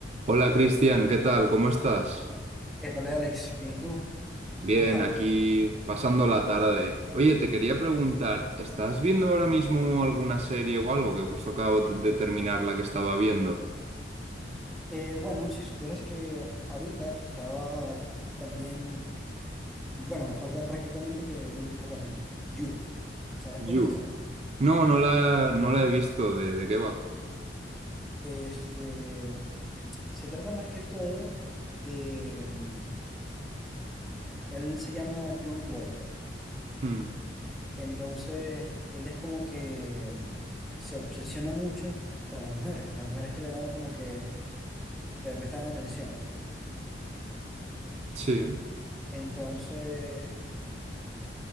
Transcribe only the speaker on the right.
Hola Cristian, ¿qué tal? ¿Cómo estás?
Bien,
aquí pasando la tarde. Oye, te quería preguntar, ¿estás viendo ahora mismo alguna serie o algo que justo acabo t- de terminar la que estaba viendo?
You.
No, no la, no la he visto. ¿De, de qué va?
Hmm,
Sí.